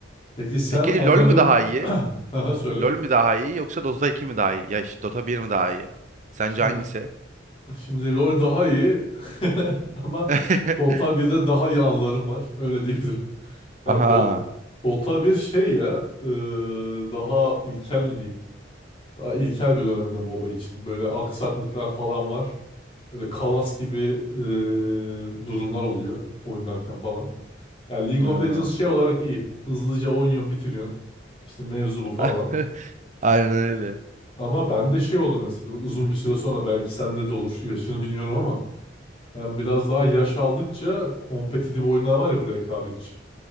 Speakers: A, on the left (about 30°); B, on the right (about 40°).
A: Peki sen
B: Peki
A: anladım.
B: LoL mü daha iyi?
A: <clears throat> Aha, söyle.
B: LoL mü daha iyi yoksa Dota iki mi daha iyi? Ya işte Dota bir mi daha iyi? Sence
A: Şimdi,
B: hangisi?
A: şimdi LoL daha iyi <laughs> ama
B: <laughs>
A: Dota 1'de daha iyi anılarım var. Öyle diyebilirim. Ya
B: Aha.
A: Dota, Dota 1 şey ya e, daha ilkel mi diyeyim? Daha ilkel bir döneminde MOBA için. Böyle aksaklıklar falan var. Böyle kalas gibi e, durumlar oluyor oynarken falan. Yani League
B: Ha.
A: of Legends şey olarak iyi. Hızlıca oynuyorsun, bitiriyorsun. İşte mevzu bu
B: <laughs>
A: falan.
B: Aynen öyle.
A: Ama bende şey oldu mesela uzun bir süre sonra belki sende de olur. Yaşını bilmiyorum ama ben biraz daha yaş aldıkça kompetitif oyunlar var ya bu rekabetçi.